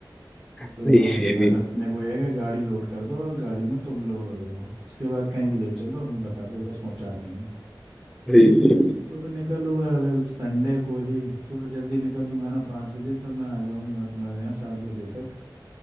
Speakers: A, in the centre; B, on the right.
A: सही
B: तो
A: है ये
B: बस
A: भी
B: अपने को ये है कि गाड़ी लोड कर दो और गाड़ी में तुम लोड हो जाओ उसके बाद कहीं भी ले चलो हमें बता दो बस पहुंचा देंगे
A: सही है।
B: तो मैं निकल हुआ है, फिर संडे को ही सुबह जल्दी निकल लूंगा ना पाँच बजे तो मैं आ जाऊंगा तुम्हारे यहाँ सात बजे तक